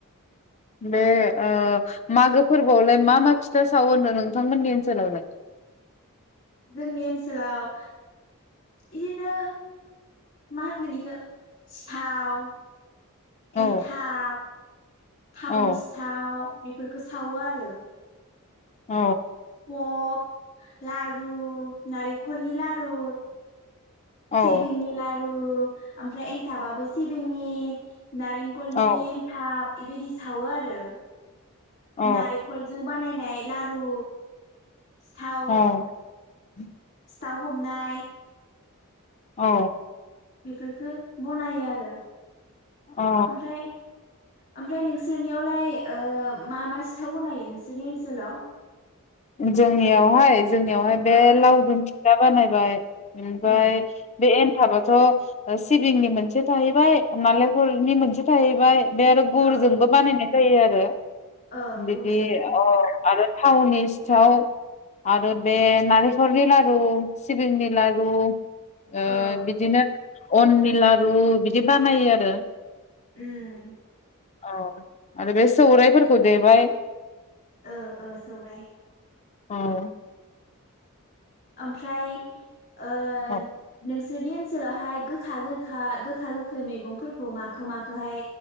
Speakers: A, on the left; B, on the left.
A: बे ओ मागो फोरबोआवलाय मा मा फिथा सावो होनदों नोंथांमोननि ओनसोलावलाय।
B: जोंनि ओनसोलाव इदिनो मा होनगोन इखो सिथाव।
A: औ
B: एन्थाब। थावनि
A: औ
B: सिथाव। बेफोरखो सावो आरो।
A: औ
B: अ। लारु नारेखलनि लारु। सिबिंनि
A: औ
B: लारु। ओमफ्राय एन्थाबाबो सिबिंनि। नारेंखलनि
A: औ
B: एन्थाब। बेबायदि सावो आरो।
A: औ
B: नारेंखलजों बानायनाय। लारु। सिथाव
A: औ <inaudible>
B: दाव हमनाय
A: औ
B: बिफोर खो बनायो आरो
A: अ
B: ओमफ्राय ओमफ्राय नोंसोरनियावलाय ओ मा मा सिथाव बनायो नोंसोरनि ओनसोलाव
A: जोंनियावहाय जोंनियावहाय बे
B: ओ
A: लावदुम फि दा बानायबाय ओमफाय
B: उम
A: बे थाबाथ' सिबिंनि मोनसे थाहैबाय नालेंखलनि मोनसे थाहैबाय बे आरो गुरजोंबो
B: ओ
A: बानायनाय जायो आरो
B: ओ
A: <unintelligible>
B: गुरजों
A: बिदि अ
B: ओं
A: आरो थावनि थाव आरो बे नारेखलनि लारु सिबिंनि लारु ओ
B: औ
A: बिदिनो अननि लारु बिदि बानायो आरो
B: उम
A: औ आरो बे सौरायाइफोरखौ देबाय
B: ओ ओ सौराय
A: औ
B: ओमफ्राय ओ
A: औ
B: नों सोरनि ओनसोलावहाय गोखा गोखा गोखा गोखै मैगंफोरखौ मखो मखोहाय